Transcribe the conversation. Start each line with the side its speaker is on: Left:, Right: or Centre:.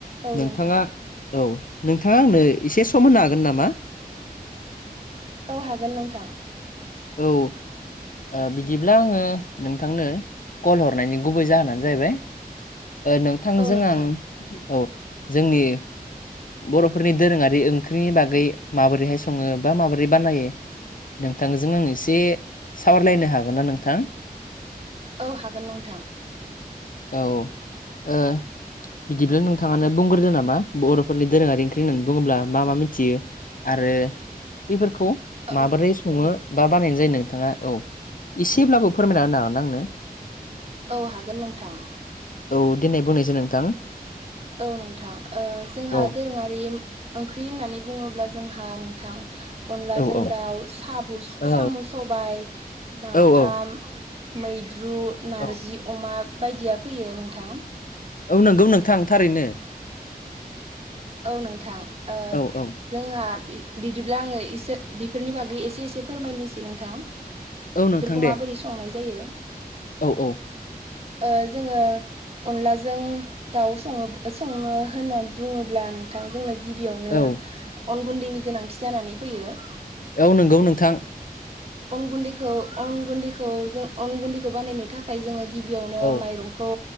Right: औ
Left: नोंथाङा
Right: नोंथां
Left: औ नोंथाङा आंनो एसे सम होनो हागोन नामा?
Right: औ हागोन नोंथां।
Left: औ ओ बिदिब्ला आङो नोंथांनो कल हरनायनि गुबै जाहोनानो जाहैबाय नोंथांजों
Right: औ नोंथां
Left: आं औ जोंनि बर'फोरनि दोरोङारि ओंख्रिनि बागै माबोरैहाय सङो बा माबोरै बानायो नोंथांजों आं एसे सावरायलायनो हागोन ना नोंथां?
Right: औ हागोन नोंथां।
Left: औ ओ बिदिब्ला नोंथाङानो बुंग्रोदों नामा बर'फोरनि दोरोङारि ओंख्रि होननानै बुङोब्ला मा मा मिथियो? आरो बेफोरखौ
Right: औ
Left: माबोरै सङो बा बानायनाय जायो नोंथाङा औ एसेब्लाबो फोरमायना होनो हागोन ना आंनो?
Right: औ हागोन नोंथां
Left: औ दिनै बुंनायसाय नोंथां
Right: औ नोंथां ओ जोंहा
Left: औ
Right: दोरोङारि ओंख्रि होननानै बुङोब्ला जोंहा नोंथां अनलाजों
Left: औ औ
Right: दाउ साबु
Left: औ
Right: साम' सबाय नाफाम
Left: औ औ
Right: मैद्रु नारजि
Left: औ
Right: अमा बायदिया फैयो नोंथां
Left: औ नंगौ नोंथां थारैनो
Right: औ नोंथां ओ
Left: औ औ
Right: जोंहा बिदिब्ला आङो इसोर बिफोरनि बागै एसे एसे फोरमायनोसै नोंथां
Left: औ
Right: बेफोरखौ
Left: नोंथां दे
Right: माबोरै संनाय जायो?
Left: औ औ
Right: ओ जोङो अनलाजों दाउ सङो सङो होननानै बुङोब ब्ला नोंथां जोंनो गिबियावनो
Left: औ
Right: अन गुन्दैनि गोनांथि जानानै फैयो।
Left: औ नंगौ नोंथां
Right: अन गुन्दैखौ अन गुन्दैखौ जों अन गुन्दैखौ बानायनो थाखा थाखाय जोङो गिबियावनो
Left: औ
Right: माइरंखौ